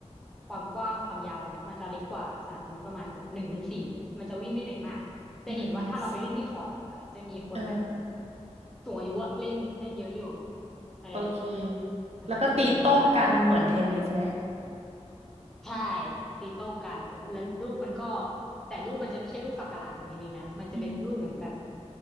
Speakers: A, in the centre; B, on the right.
A: ความกว้างความยาวอะไรเงี้ยมันจะเล็กกว่าสนามเทนนิสประมาณแบบหนึ่งในสี่มันจะวิ่งไม่เหนื่อยมากจะเห็นว่าถ้าเราไปเล่นที่คอร์ตอะจะมีคนแบบ
B: หนึ่งในสี่เออ
A: สูงอายุอะเล่นเล่นเยอะอยู่เออ
B: โอเค
A: มันจะไม่เหนื่อยมาก
B: แล้วก็ตีโต้กันเหมือนเทนนิสไหม
A: ใช่ตีโต้กันแล้วลูกมันก็แต่ลูกมันจะไม่ใช่ลูกสักหลาดเหมือนทีนี้นะมันจะเป็นลูกเหมือนแบบ
B: อืม